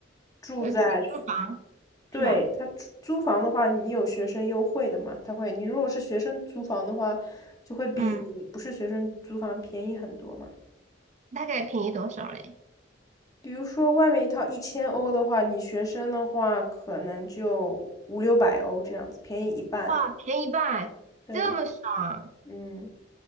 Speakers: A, on the left; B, on the right.
A: 住在学，
B: 要自己租房是吧？
A: 对，他租租房的话，你有学生优惠的嘛？他会，你如果是学生租房的话，就会比你不是学生租房便宜很多嘛。
B: 嗯，大概便宜多少嘞？
A: 比如说外面一套一千欧的话，你学生的话可能就五六百欧这样子，便宜一半。
B: 啊，便宜一半，
A: 对，
B: 这么爽！
A: 嗯